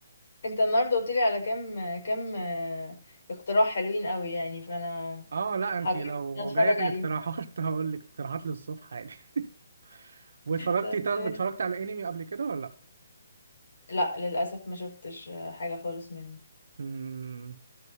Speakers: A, on the left (about 65°); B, on the right (about 65°).
A: انت النهارده قلت لي على كام كام آه، اقتراح حلوين قوي يعني فانا
B: اه لا انتي
A: هجرب
B: لو
A: ان أنا اتفرج
B: جايه في الاقتراحات
A: عليهم
B: <laughs> هقول لك اقتراحات للصبح عادي <laughs> واتفرجتي
A: تمام.
B: طب اتفرجتي على انمي قبل كده ولا لا
A: لا للاسف ما شفتش آه، حاجه خالص مني
B: مم.